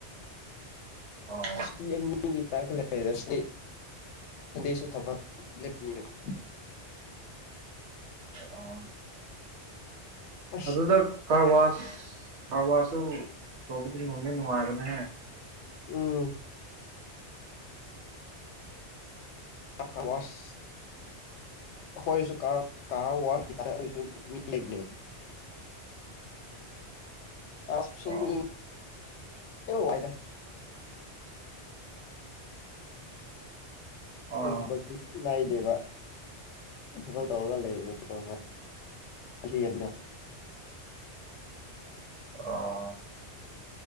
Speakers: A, on the right; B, on the left.
A: ꯑꯣ
B: ꯁꯨꯇꯤ ꯑꯅꯤ ꯃꯤꯒꯤ ꯄꯥꯏꯗ ꯂꯩꯔꯁꯤꯗꯤ ꯑꯗꯨꯁꯨ ꯊꯕꯛ ꯂꯦꯞꯄꯅꯤꯅ <inaudible>
A: ꯑꯣ
B: ꯑꯁ
A: ꯑꯗꯨꯗ ꯀꯔꯕꯥꯔꯖꯨ ꯀꯔꯕꯥꯔꯁꯨ ꯇꯧꯕꯗꯤ ꯅꯨꯡꯗꯤ ꯅꯨꯪꯉꯥꯏꯕꯅꯦꯍꯦ
B: ꯎꯝ ꯀꯥꯋꯥꯁ ꯑꯈꯣꯏꯁꯨ ꯀꯥꯔꯋꯥꯁ ꯀꯤꯗ ꯑꯈꯣꯏꯖꯨ ꯃꯤ ꯂꯩꯕꯅꯦ ꯑꯁ ꯏꯁꯤꯡꯒꯤ
A: ꯑꯣ
B: ꯋꯥꯏꯗ ꯍꯣꯏ
A: ꯑꯣ
B: <unintelligible> ꯗꯦꯕ ꯊꯕꯛ ꯇꯧꯔꯒ <unintelligible> <unintelligible>
A: ꯑꯥ